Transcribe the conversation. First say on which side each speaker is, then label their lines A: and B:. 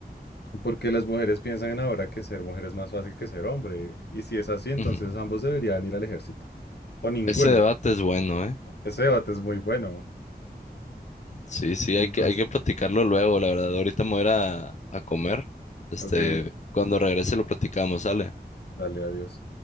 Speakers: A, on the left; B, on the left.
A: Porque las mujeres piensan ahora que ser mujer es más fácil que ser hombre. Y si es así, entonces
B: Ujú.
A: ambos deberían ir al ejército. O ninguno.
B: Ese debate es bueno, ¿eh?
A: Ese debate es muy bueno.
B: Sí, sí,
A: Entonces,
B: hay que, hay que platicarlo luego, la verdad. Ahorita me voy a ir a, a comer. Este,
A: ok,
B: cuando regrese lo platicamos, ¿sale?
A: dale, adiós.